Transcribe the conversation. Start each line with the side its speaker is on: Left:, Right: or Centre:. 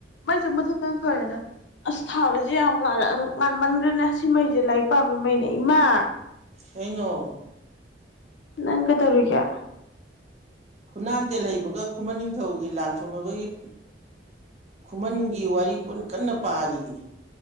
Left: ꯃꯩꯖꯦ ꯃꯨꯊꯠꯄꯅ ꯐꯔꯦꯗ ꯑꯁ ꯊꯥꯂꯖꯦ ꯌꯥ ꯉꯥꯟꯃꯟꯈ꯭ꯔꯦꯅꯦ ꯁꯤꯃꯩꯖꯦ ꯂꯥꯏꯔꯤꯛ ꯄꯥꯕꯩ ꯃꯩꯅꯦ ꯏꯃꯥ!
Right: ꯀꯩꯅꯣ?
Left: ꯅꯪ ꯀꯩꯗꯧꯔꯤꯒꯦ?
Right: ꯐꯨꯅꯥꯟꯇꯦꯜ ꯍꯩꯕꯒ ꯈꯨꯃꯟ ꯅꯤꯡꯊꯧꯒꯤ ꯂꯥꯟ ꯁꯣꯛꯅꯕꯒꯤ ꯈꯨꯃꯟꯒꯤ ꯋꯥꯔꯤ ꯄꯨꯟꯅ ꯀꯟꯅ ꯄꯥꯔꯤꯌꯦ꯫